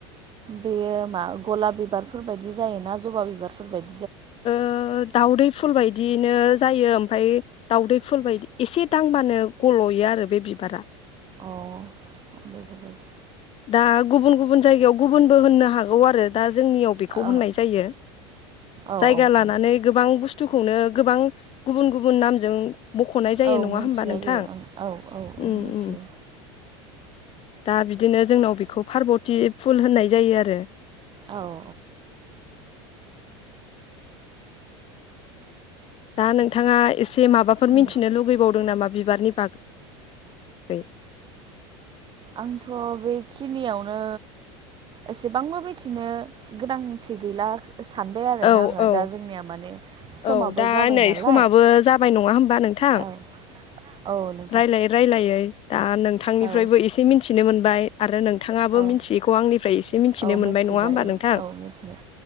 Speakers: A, on the right; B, on the left.
A: बेयो मा गलाब बिबारफोर बायदि जायोना जबा बिबारफोर बायदि
B: ओ दाउदै फुल बायदियैनो जायो। ओमफाय दावदै फुल बायदि एसे दांबानो गल'यो आरो बे बिबारा।
A: अ बेफोरबायदि।
B: दा गुबुन गुबुन जायगायाव गुबुनबो होननो हागौ आरो दा जोंनियाव बेखौ होननाय
A: औ
B: जायो।
A: औ
B: जायगा लानानै
A: औ
B: गोबां बुस्थुखौनो गोबां गुबुन गुबुन नामजों मख'नाय जायो
A: औ
B: नङा
A: मिथिनाय
B: होमबा नोंथां
A: जायो। ओं औ औ औ
B: उम
A: मिथियो।
B: उम दा बि दिनो जोंनाव बेखौ पारर्वथि फुल होननाय जायो आरो।
A: औ औ।
B: दा नोंथाङा एसे से माबाफोर
A: उम।
B: मिथिनो लुगैबावदों नामा? बिबारनि बागै।
A: आंथ' बेखिनियावनो एसेबांबो मिथिनो गोनांथि गैला सानबाय आरोना
B: औ
A: आङो
B: औ
A: दा जोंनिया माने समाबो
B: औ दा
A: जाबाय
B: नै
A: नालाय
B: समाबो जाबाय नङा होमबा नोंथां?
A: औ औ नोंथां
B: रायलायै रायलायै दा नोंथांनिफ्रायबो
A: औ
B: एसे मिन्थिनो मोन बाय आरो नों थांङाबो
A: औ
B: मिथियैखौ आंनिफ्राय एसे मिथिनो
A: औ
B: मोनबाय
A: मिथिबाय
B: नङा होमबा
A: औ
B: नोंथां?
A: औ मिथिनो